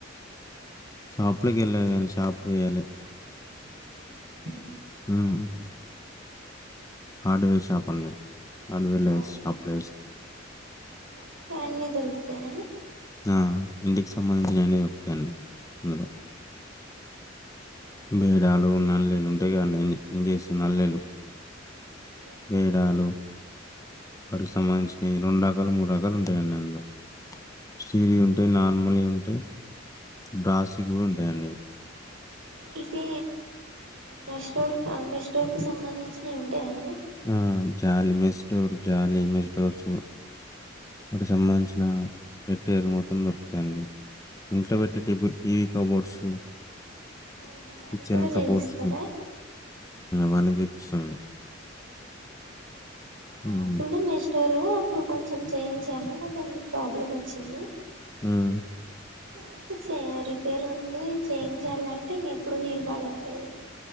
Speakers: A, on the left (about 15°); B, on the right (about 80°).
A: షాపులకి వెళ్ళారు కానీ షాప్ వేయాలె.
B: <inaudible>
A: ఉమ్ హార్డ్వేర్ షాప్ అండి ఆల్వేర్ లైట్స్
B: అవునా
A: ఆఫ్ లైట్స్. <inaudible>
B: అంటే అన్నీ దొరుకుతాయని
A: ఆ ఇంటికి సంబంధించిన అన్ని దొరుకుతాయి అండి అందులో బేరాలు నల్లెలు ఉంటయి కదండీ ఇంజక్షన్లు నల్లెలు
B: <inaudible>
A: వేడాలు వాటికి సంబంధించినవి రెండు రకాలు మూడు రకాలు ఉంటాయండి అందులో. స్టీలి ఉంటే నార్మల్ ఉ అంటె బ్రాసికుడు ఉంటాయండి
B: ఇవి మెస్టోర్ మెస్టూర్ కి సంబంధించినవి ఉంటా అండి
A: ఆ జాలి మిస్ డూర్ జాలి మిస్ డూర్ సూ సంబంధించిన మెటీరియల్ మొత్తం దొరుకుతాయండి ఇంట్లో పెట్టటి టి టీవీ కబోర్డ్స్ <inaudible>
B: ఆహా
A: కిచెన్
B: అవి కూడా
A: కబోర్డ్స్
B: చేసిస్తారా
A: వాణి సంది
B: మాక్
A: హ్మ్
B: గుడా మెస్ డురు అప్పుడు కొంచెం చేయించాము కొంచెం ప్రాబ్లం వచ్చింది
A: ఊమ్
B: అయితే చేరిపేర్ ఉంది చేంజ్ చేయాలని టింగ్ ఎప్పుడు వీలు పడట్లేదు.